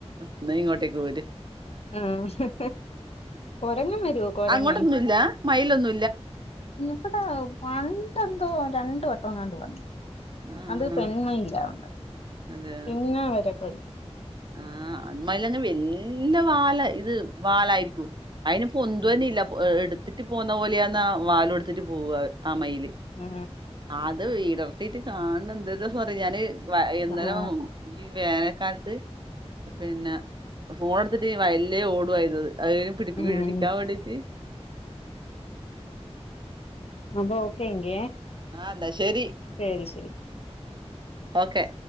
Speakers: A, on the right (about 45°); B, on the left (about 65°).
A: എന്നാഇങ്ങോട്ടേക്ക് പോര്.
B: ആഹ് കൊരങ്ങൻ വരുവോ കൊരങ്ങൻ
A: അങ്ങോട്ടൊന്ന്വല്ല മൈലൊന്നും!
B: ഇവിടെ പണ്ടെന് രണ്ട വട്ടം അങ്ങാണ്ട് വന്നു
A: ആഹ്
B: അത് പെൺമയിലാ വന്നതത്.
A: അതെ
B: പിന്നെ വരക്കല്ല!
A: ആഹ്! ആണ്മയിലന്നെ വല്ല്യ വാല ഇത് വാലായിരിക്കും. അയിന് പൊന്തു
B: ഉം
A: തന്നെ ഇല്ല, എടുത്തിട്ട് പോന്ന പോലെയന്ന വാല എടുത്തിട്ട് പോവ ആ മയില്
B: ആ
A: അത് ഇടർത്തിീട്ട് കാണണ എന്ത ഞാന് ഇന്നലേം
B: ആ
A: ഈ വേനൽക്കാലത്ത്? പിന്നെ ഫോൺ എടുത്തിട്ട് ഈ വയലിലേ ഓടുവയിത്! അയിന്പിടിപ്പിക്കാ
B: ഉം
A: പിടിക്കാ അവിട റ്റ്
B: റൊമ്പ ഓക്കെ ഇങ്ക?
A: ആ എന്നാ ശരി
B: ശരി ശരി
A: ഓക്കെ!